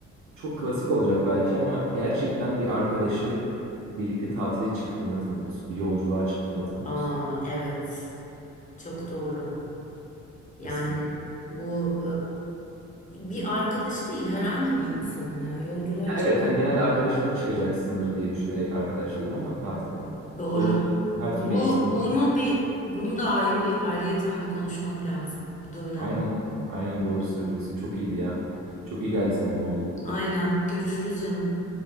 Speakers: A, on the right; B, on the left.
A: çok klasik olacak belki ama gerçekten bir arkadaşı birlikte tatile çıktığında tanıyorsun. Bir yolculuğa çıktığında tanıyorsun.
B: Aa evet. Çok doğru. Yani
A: Kesinlikle.
B: bu e, bir arkadaşı değil herhangi bir insanı da yani yolculuğa
A: Ya evet
B: çıkın.
A: hani genelde arkadaşınla çıkacaksındır diye düşünerek arkadaş dedim ama tatile.
B: Doğru.
A: Doğru söylüyorsun. Her
B: Bu
A: türlü insan.
B: bunu bir bunu da ayrı bir ayrıyeten bir konuşmak lazım. Bu da önemli.
A: Aynen.
B: bir konu.
A: Aynen doğru söylüyorsun. Çok iyiydi ya. Çok iyi geldi seninle muhabbet etmek.
B: Aynen. Görüşürüz canım.